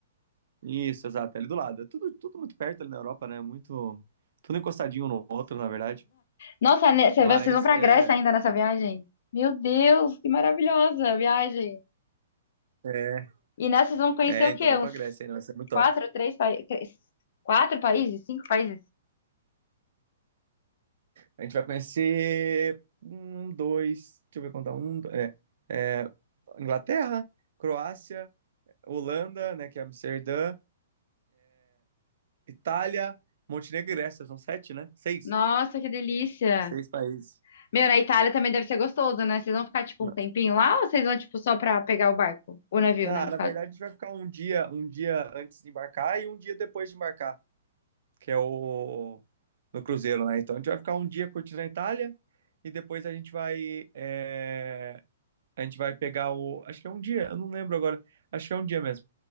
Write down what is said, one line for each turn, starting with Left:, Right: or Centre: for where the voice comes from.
Right: Isso, exato, é ali do lado. É tudo, tudo muito perto ali na Europa, né? Muito, tudo encostadinho um no outro, na verdade.
Left: Nossa, né, cê-
Right: Mas
Left: vocês vão pra
Right: é,
Left: Grécia ainda nessa viagem? Meu Deus, que maravilhosa a viagem.
Right: é,
Left: E nessa vão conhecer
Right: É,
Left: o
Right: então
Left: quê?
Right: vamos
Left: Uns
Right: pra Grécia aí, não, vai ser muito top.
Left: quatro, três, pa- três- quatro países? Cinco países?
Right: A gente vai conhecer um, dois, deixa eu ver contar, um, do- é, é, Inglaterra, Croácia, Holanda, né, que é Amsterdã, Itália, Montenegro e Grécia, são sete, né? Seis.
Left: Nossa, que delícia.
Right: Seis países.
Left: Meu, na Itália também deve ser gostoso, né? Vocês vão ficar, tipo,
Right: Na,
Left: um tempinho lá ou vocês vão, tipo, só pra pegar o barco? O navio,
Right: na
Left: né, no
Right: na
Left: caso.
Right: verdade, a gente vai ficar um dia, um dia antes de embarcar e um dia depois de embarcar, que é o no cruzeiro, né? Então a gente vai ficar um dia curtindo a Itália e depois a gente vai é, A gente vai pegar o. Acho que é um dia, eu não lembro agora. Acho que é um dia mesmo.